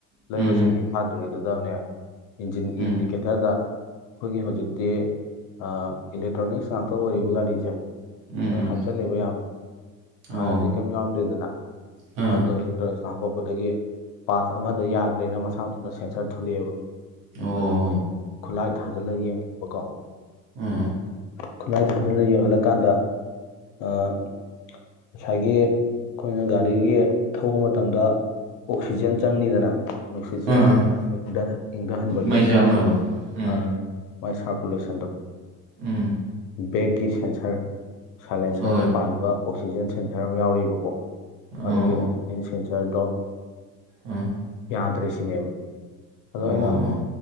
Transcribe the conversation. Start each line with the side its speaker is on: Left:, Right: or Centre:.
Left: ꯂꯩꯕ
Right: ꯎꯝ
Left: ꯆꯍꯤ ꯐꯥꯗ꯭ꯔꯤꯉꯩꯗꯨꯗꯅꯦ ꯏꯟꯖꯤꯟꯒꯤ
Right: ꯎꯝ
Left: ꯏꯟꯗꯤꯀꯦꯇꯔꯗ ꯑꯩꯈꯣꯏꯒꯤ ꯍꯧꯖꯤꯛꯇꯤ ꯑ ꯏꯂꯦꯛꯇ꯭ꯔꯣꯅꯤꯛꯁ ꯉꯥꯛꯇ ꯑꯣꯏꯔꯤꯕ ꯒꯥꯔꯤꯖꯦ
Right: ꯎꯝ
Left: ꯃꯣꯏ ꯍꯥꯞꯆꯤꯜꯂꯦꯕ
Right: ꯎꯝ ꯎꯝ
Left: ꯌꯥꯝ
Right: ꯑꯣ
Left: ꯍꯥꯟꯅꯗꯤ ꯀꯩꯝ ꯌꯥꯎꯔꯝꯗꯦꯗꯅ
Right: ꯑꯥ
Left: ꯑꯗꯣ ꯑꯦꯂꯦꯛꯇ꯭ꯔꯣꯅꯤꯛꯁ ꯇꯥ ꯍꯥꯞꯄꯛꯄꯗꯒꯤ ꯄꯥꯔꯠ ꯑꯃꯗ ꯌꯥꯗ꯭ꯔꯦꯅ ꯃꯁꯥ ꯃꯊꯟꯗ ꯁꯦꯟꯁꯔ ꯊꯣꯛꯂꯛꯑꯦꯕ
Right: ꯑꯣ
Left: ꯑꯗꯨꯝ ꯃꯣꯏꯅ ꯈꯨꯠꯂꯥꯏ ꯊꯥꯖꯤꯜꯂ ꯌꯦꯡꯍꯟꯕꯀꯣ
Right: ꯎꯝ
Left: ꯈꯨꯠꯂꯥꯏ ꯊꯥꯟꯖꯜꯂꯥ ꯌꯦꯡꯍꯜꯂꯀꯥꯟꯗ ꯑꯥ ꯉꯁꯥꯏꯒꯤ ꯑꯩꯈꯣꯏꯅ ꯒꯥꯔꯤꯒꯤ ꯊꯧꯕ ꯃꯇꯝꯗ ꯑꯣꯛꯁꯤꯖꯦꯟ ꯆꯪꯅꯤꯗꯅ ꯅꯨꯡꯁꯤꯠꯁꯦ
Right: ꯑꯥ ꯑꯥ
Left: ꯉꯥꯛꯇꯪ ꯏꯪꯗꯟꯍꯟ ꯏꯪꯗꯍꯟꯕꯒꯤ
Right: ꯃꯩ ꯆꯥꯛꯅꯕ ꯎꯝ
Left: ꯑꯥ ꯃꯥꯏ ꯁꯥꯔꯀꯨꯂꯦꯁꯟꯗꯣ
Right: ꯎꯝ
Left: ꯕꯦꯛꯀꯤ ꯁꯦꯟꯁꯔ ꯁꯥꯏꯂꯦꯟꯁꯔꯗ
Right: ꯍꯣꯏ
Left: ꯄꯥꯟꯕ ꯑꯣꯛꯁꯤꯖꯦꯟ ꯁꯦꯟꯁꯔ ꯑꯃ ꯌꯥꯎꯔꯤꯕꯀꯣ
Right: ꯑꯣ
Left: ꯑꯗꯨꯒꯤ ꯑꯣꯛ ꯑꯦꯟ ꯁꯦꯟꯁꯔꯗꯣ
Right: ꯎꯝ
Left: ꯌꯥꯥꯗ꯭ꯔꯦ ꯁꯤꯅꯦꯕ ꯑꯗꯣ
Right: ꯑꯣ
Left: ꯑꯩꯅ